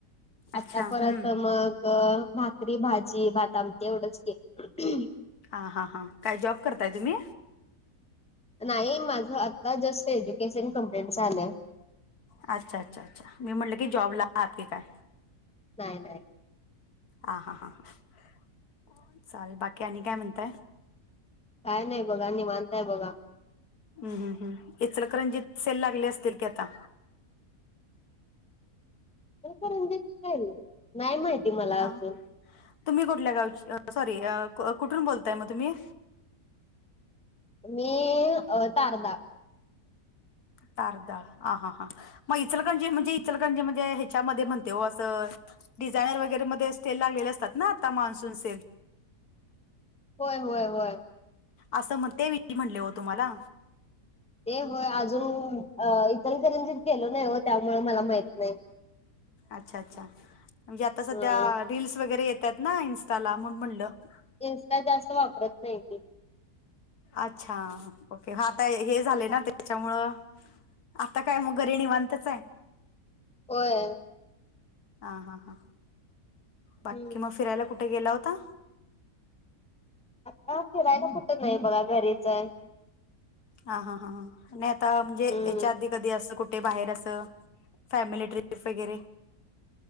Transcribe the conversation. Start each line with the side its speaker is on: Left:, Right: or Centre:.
Left: अच्छा
Centre: आता परत
Left: हम्म
Centre: मग भाकरी भाजी भाता तेवढच के
Left: हां हां हां काय जॉब करताय तुम्ही
Centre: नाही माझ आता जस्ट एज्युकेशन कं्प्लीट झालंय
Left: अच्छा अच्छा अच्छा मी म्हटलं की जॉबला आहात की काय
Centre: नाही नाहीबल्ब
Left: हा हा हा ह चालेल बाकी आणि काय म्हणताय
Centre: काय नाही बघा न मानताय बघा <unintelligible>
Left: हम् हम् हम् इचलकरंजी सेल लागली असतील की आता
Centre: तरणजल नाही माहिती मला
Left: हा
Centre: अजून
Left: तुम्ही कुठल्या गावची सॉरी कुठून बोलताय मग तुम्ही
Centre: मी अ तारदाा <unintelligible>
Left: तारध ह हा हां <unintelligible> मग इचलकणजी म्हणजे इचलकणजी म्हणजे ह्याच्यामध्ये म्हणते हो असं डिझायनर वगैरे म स्टेल लागलेले असतात ना आता मान्सून सेल
Centre: होय होय होय <unintelligible>
Left: असं मग ते वि म्हटले हो तुम्हाला
Centre: ते होय अजून अ इतर तरंजित गेलो नाही हो त्यामुळे मला माहित नाही
Left: अच्छा अच्छा म्हणजे आता सध्या
Centre: हा
Left: <unintelligible> रीलल्स वगैरे येतात ना इन्स्टाला म्हणून म्हटलं <unintelligible>
Centre: इन्स्टा जास्त वापरत नाही मी
Left: अच्छा ओके आता हे झाले ना त्याच्यामुळं आता काय मग घरी निवांतच आहे.
Centre: होय.
Left: हा हा हा बाकी
Centre: हम्म.
Left: मग फिरायला कुठे गेला होता.
Centre: आता फिरायला कुट नाही बघा घरीच आहे.
Left: हा हा हा ह आणि आता म्हणजे
Centre: हम्म
Left: याच्या आधी कधी असं कुठ ते बाहेर अस फॅमिली ट्रिप वगैरे